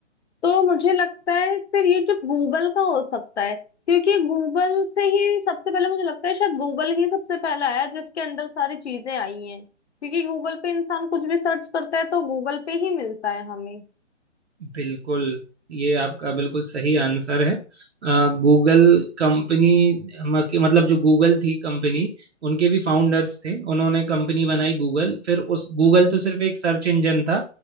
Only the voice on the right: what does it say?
बिल्कुल ये आपका बिल्कुल सही आंसर है गूगल कंपनी मतलब जो गूगल थी कंपनी उनके भी फाउंडर्स थे उन्होंने कंपनी बनाई गूगल फिर उस गूगल तो सिर्फ एक सर्च इंजन था